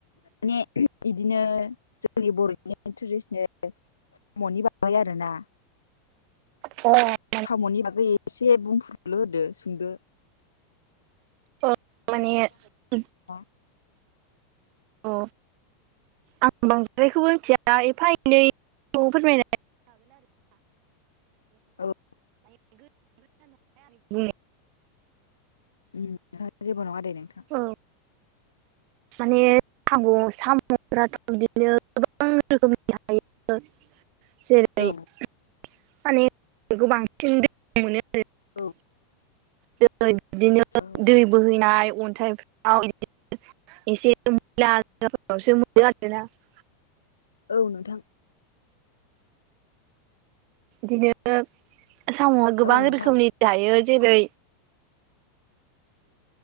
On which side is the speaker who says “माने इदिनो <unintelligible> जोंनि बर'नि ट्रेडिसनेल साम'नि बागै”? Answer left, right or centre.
Left